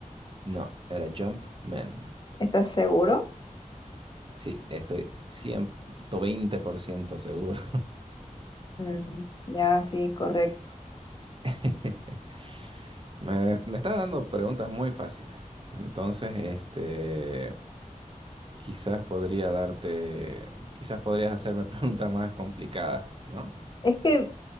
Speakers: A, on the right; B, on the left.
A: No, era Jumpman.
B: ¿Estás seguro?
A: Sí, estoy 120% seguro.
B: Mm, Ya, sí, correcto.
A: <laughs> Me, me está dando preguntas muy fáciles. Entonces, este, quizás podría darte, quizás podrías hacerme <laughs> preguntas más complicadas, ¿no?
B: Es que,